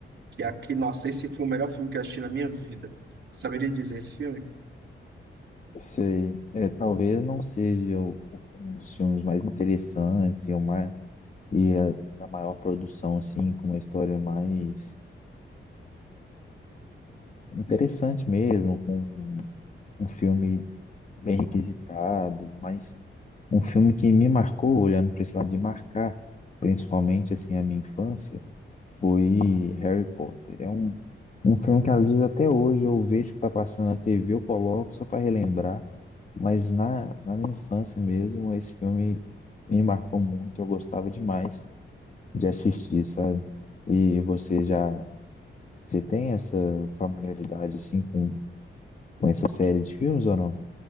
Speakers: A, on the right; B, on the left.
A: Que é aqui, nossa, esse foi o melhor filme que eu assisti na minha vida. Saberia dizer esse filme?
B: Sei, é, talvez não seja o- um dos filmes mais interessantes e o mais e é da maior produção, assim, com uma história mais interessante mesmo, com um filme bem requisitado, mas um filme que me marcou, olhando para esse lado de marcar, principalmente, assim, a minha infância, foi Harry Potter. É um, um filme que, às vezes, até hoje eu vejo que está passando na TV, eu coloco só para relembrar, mas na, na minha infância mesmo, esse filme me marcou muito, eu gostava demais. de assistir, sabe? E você já, você tem essa familiaridade assim com, com essa série de filmes ou não?